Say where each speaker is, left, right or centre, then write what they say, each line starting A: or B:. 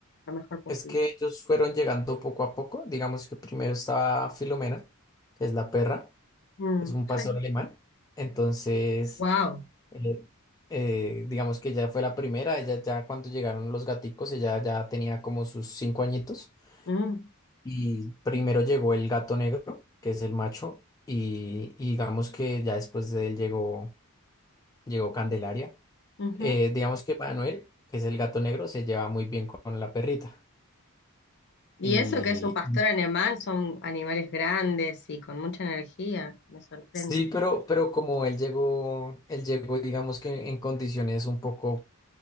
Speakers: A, on the left; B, on the left.
A: lo mejor posible?
B: es que ellos fueron llegando poco a poco, digamos que primero estaba Filomena, que es la perra,
A: Mm.
B: es un pastor
A: <laughs>
B: alemán, entonces,
A: Wow.
B: eh, eh, digamos que ella fue la primera, ella ya cuando llegaron los gaticos, ella ya tenía como sus cinco añitos,
A: Mm,
B: Y primero llegó el gato negro, que es el macho, y, y digamos que ya después de él llegó, llegó Candelaria.
A: ujú.
B: Eh, digamos que Manuel, que es el gato negro, se lleva muy bien con la perrita.
A: Y
B: Y
A: eso que es un pastor alemán, son animales grandes y con mucha energía, me sorprende.
B: sí, pero, pero como él llegó, él llegó, digamos que en condiciones un poco